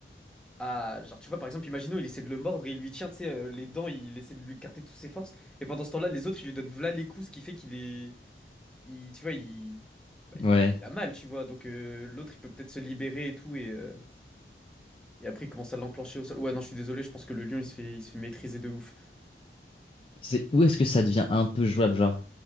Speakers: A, in the centre; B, on the left.
A: à genre tu vois par exemple, imaginons il essaie de le mordre, et il lui tient tu sais, euh, les dents, il essaie de lui écarter toutes ses forces. Et pendant ce temps-là, les autres ils lui donnent v'là les coups, ce qui fait qu'il est il, tu vois, il, bah, il
B: Ouais.
A: a mal, tu vois. Donc euh, l'autre, il peut peut-être se libérer et tout. Et, euh, et après, il commence à l'enclencher au sol. Ouais, non, je suis désolé, je pense que le lion, il se fait, il se fait maîtriser de ouf.
B: C'est où est-ce que ça devient un peu jouable, genre?